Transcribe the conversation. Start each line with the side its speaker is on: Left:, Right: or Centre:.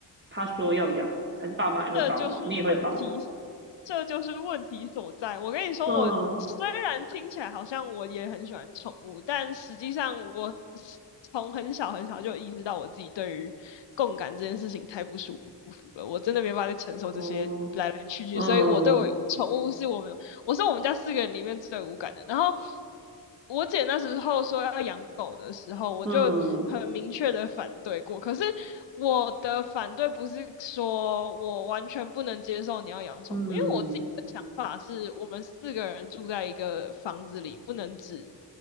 Right: 她说要养，还是爸妈也会帮忙，
Left: 这就是问题，
Right: 你也会帮忙？
Left: 这就是问题所在。我跟你说，
Right: 嗯，
Left: 我虽然听起来好像我也很喜欢宠物，但实际上我是从很小很小就意识到我自己对于共感这件事情太不舒服了，我真的没办法再承受这些来来去去，
Right: 哦，嗯
Left: 所以我对我宠物是我们我是我们家四个人里面最无感的。然后我姐那时候说要养狗的时候，我就很明确的反对过。
Right: 嗯
Left: 可是我的反对不是说我完全不能接受你要养宠物，
Right: 嗯
Left: 因为我自己的想法是我们四个人住在一个房子里，不能只